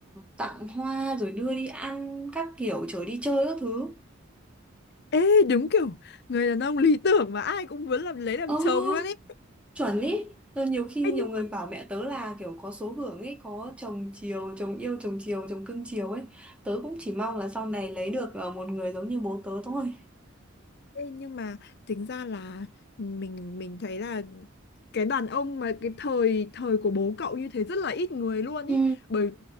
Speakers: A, in the centre; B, on the left (about 55°).
A: tặng hoa rồi đưa đi ăn các kiểu chở đi chơi các thứ
B: Ê đúng kiểu người đàn ông lý tưởng mà ai cũng muốn làm lấy làm
A: Ờ
B: chồng luôn ấy.
A: chuẩn ý Ờ, nhiều khi
B: Ê,
A: nhiều
B: nhưng
A: người bảo mẹ tớ là kiểu có số hưởng ấy có chồng chiều chồng yêu chồng chiều chồng cưng chiều ấy tớ cũng chỉ mong là sau này lấy được ờ, một người giống như bố tớ thôi
B: Ê, nhưng mà tính ra là mình mình thấy là cái đàn ông mà cái thời thời của bố cậu như thế rất là ít người luôn
A: Ừ.
B: ý bởi